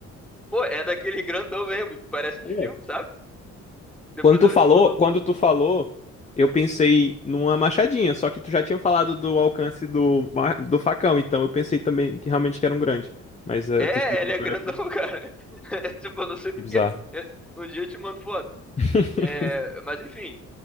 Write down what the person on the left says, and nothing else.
É.
Quando tu
falou,
quando tu falou, eu pensei numa machadinha, só que tu já tinha falado do alcance do, ma- do facão, então eu pensei também que realmente que era um grande. Mas eh,
tu explicou
agora
teu.
Que bizarro.
<laughs>